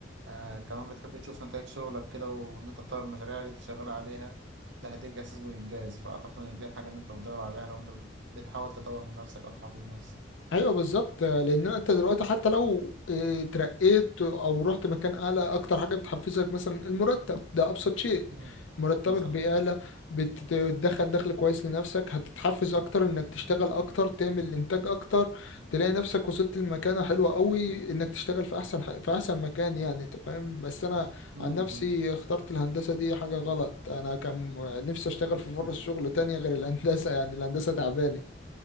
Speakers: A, on the right; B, on the left.
A: آه كمان بتحب تشوف نتائج شغلك كده وان انت تطور المشاريع اللي انت شغال عليها ده هيديك إحساس بالإنجاز فأعتقد إن دي الحاجة اللي أنت بتدور عليها لو أنت بتحاول تطور من نفسك أو تحافظ نفسك
B: ايوه بالظبط لان انت دلوقتي حتى لو آه، اترقيت او رحت مكان اعلى اكتر حاجه بتحفزك مثلا المرتب ده ابسط شيء
A: مم.
B: مرتبك
A: مثلا
B: بيعلى بتدخل دخل كويس لنفسك هتتحفز اكتر انك تشتغل اكتر تعمل انتاج اكتر تلاقي نفسك وصلت لمكانه حلوه قوي انك تشتغل في احسن ح- في احسن مكان يعني انت فاهم بس انا
A: مم.
B: عن نفسي اخترت الهندسه دي حاجه غلط انا كان نفسي اشتغل
A: <laughs>
B: في فرص شغل تانية غير الهندسه يعني الهندسه تعباني